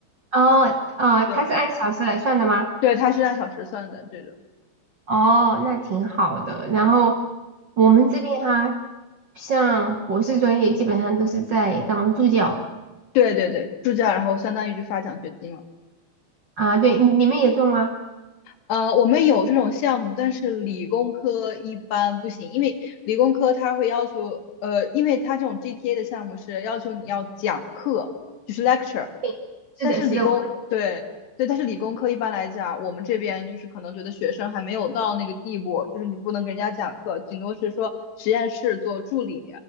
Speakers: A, on the right; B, on the left.
A: 哦，呃，
B: 对
A: 他是按小时来算的吗？
B: 对，它是按小时算的这种，
A: 哦，那挺好的。然后我们这边哈、
B: 嗯
A: 像博士专业基本上都是在当助教
B: 对对对，助教，然后相当于就发奖学金了。
A: 啊，对，你你们也做吗？
B: 呃，我们有这种项目，但是理工科一般不行，因为理工科它会要求，呃，因为它这种 GPA 的项目是要求你要讲课，就是 lecture，
A: 对，是的，
B: 但是理工，
A: 是的，我们
B: 对对，但是理工科一般来讲，我们这边就是可能觉得学生还没有到那个地步，就是你不能给人家讲课，顶多是说实验室做助理，